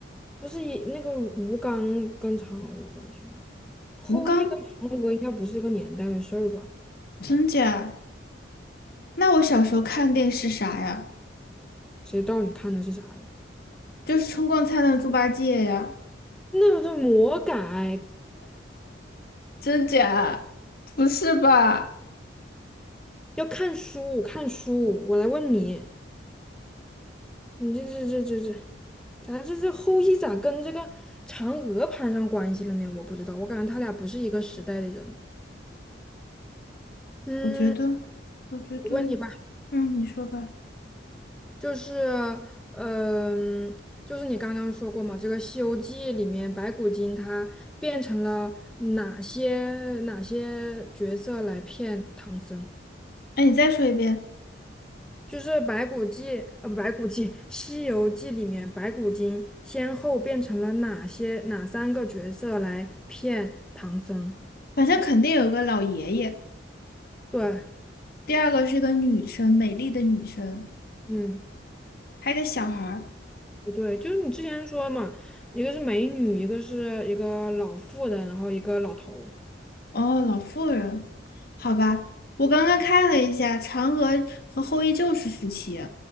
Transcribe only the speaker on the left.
吴刚，真假？那我小时候看电视啥呀？
就是《春光灿烂猪八戒》呀，
真假？不是吧？
我觉得，我觉得，
嗯，你说吧。
哎，你再说一遍。
反正肯定有个老爷爷，
第二个是个女生，美丽的女生，
还有个小孩儿。
哦，老妇人，好吧。我刚刚看了一下，嫦娥和后羿就是夫妻。